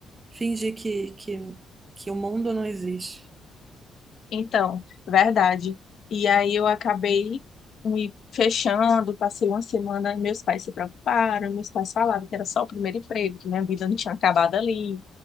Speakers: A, on the right; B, on the left.
A: Fingir que, que, que o mundo não existe.
B: Então, verdade. E aí eu acabei me fechando, passei uma semana, meus pais se preocuparam, meus pais falavam que era só o primeiro emprego, que minha vida não tinha acabado ali,